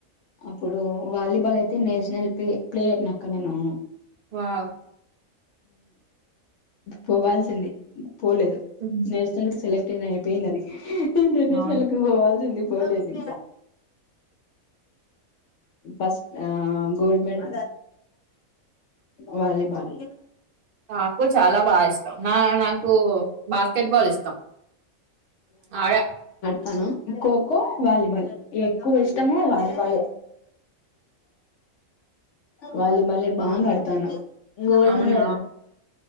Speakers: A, on the left (about 70°); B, on the right (about 50°).
A: అప్పుడు వాలీబాల్ అయితే నేషనల్ ప్లే ప్లేయర్నక్క నేను
B: వావ్
A: పోవాల్సింది పోలేదు
B: ఉహు,
A: నేషనల్ కి సెలెక్ట్ అయినా అయిపోయింది అది ఇంటర్నేషనల్
B: అవును
A: లేక పోవాల్సింది పోలేదికా ఫస్ట్ గోల్డ్ మెడల్ వాలీబాల్
B: నాకు చాలా బాగా ఇష్టం నా నాకు బాస్కెట్బాల్ ఇష్టం ఆడ
A: తను హోం వాలీబాల్ ఎక్కువ ఇష్టమ వాలిబాలే వాలిబాలే బాగా ఆడుతా తను గోల్డ్
B: అవునా
A: మెడల్